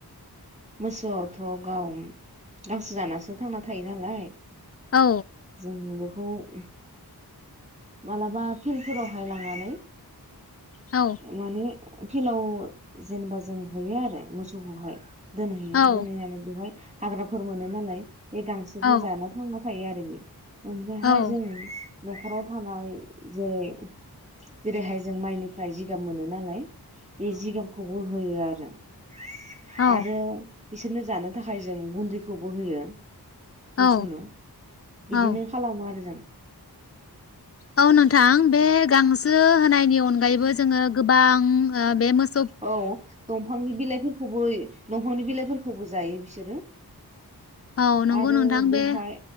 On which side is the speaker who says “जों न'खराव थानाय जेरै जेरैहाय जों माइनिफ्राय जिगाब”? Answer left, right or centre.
Right